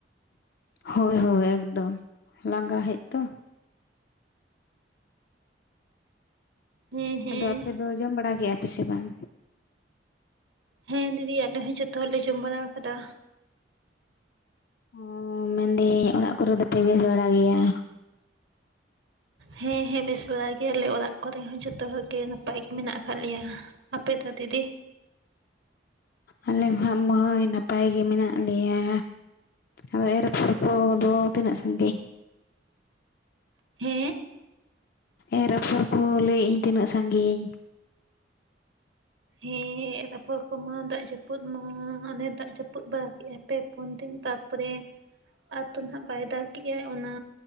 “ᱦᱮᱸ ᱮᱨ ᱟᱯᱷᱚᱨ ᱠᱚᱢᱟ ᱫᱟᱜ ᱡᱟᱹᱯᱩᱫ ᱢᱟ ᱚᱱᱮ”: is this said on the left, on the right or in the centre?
Right